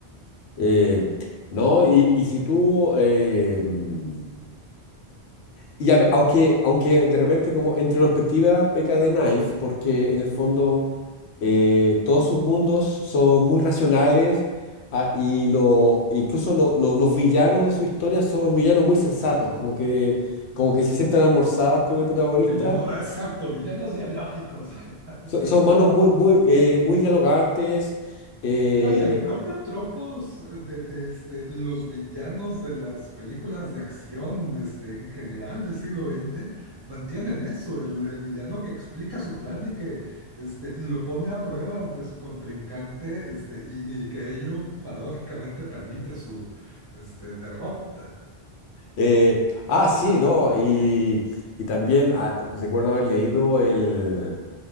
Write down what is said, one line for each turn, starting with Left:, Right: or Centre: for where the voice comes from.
Left: Eh, no, y, y si tú, eh, mm, y a ve- aunque, aunque de repente como en retrospectiva peca de Knife, porque en el fondo eh, todos sus mundos son muy racionales, ah, y lo, incluso lo- lo- los villanos de su historia son villanos muy sensatos, como que, como que se sientan a almorzar con el protagonista
Right: Villanos, exacto, villanos dialógicos. <laughs> Sí,
Left: Son, son manos muy, muy, eh, muy dialogantes. eh,
Right: Vaya, el propio tropos eh, de, de, este, los villanos de las películas de acción este, en general del siglo XX mantienen eso, el, el villano que explica su plan y que este, lo pone a prueba ante su contrincante este, y, y que ello paradójicamente permite su este, derrota.
Left: eh, ah, sí, ¿no? Y, y también ah, recuerdo haber leído el...